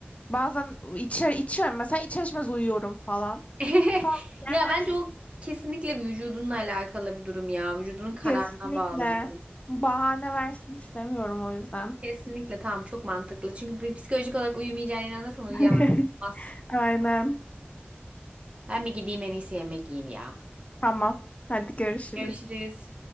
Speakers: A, on the left (about 35°); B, on the right (about 30°).
A: Bazen içer içiyorum mesela içer içmez uyuyorum falan.
B: <laughs>
A: Tam-
B: Ya
A: Yani hani
B: bence o kesinlikle vücudunla alakalı bir durum ya. Vücudunun kararına
A: Kesinlikle.
B: bağlı bir durum.
A: Bahane versin istemiyorum o yüzden.
B: Kesinlikle tamam çok mantıklı. Çünkü bir psikolojik olarak uyumayacağına inanırsan uyuyamazsın.
A: <laughs>
B: Olmaz.
A: Aynen.
B: Ben bir gideyim en iyisi yemek yiyeyim ya.
A: Tamam. Hadi görüşürüz.
B: Görüşürüz.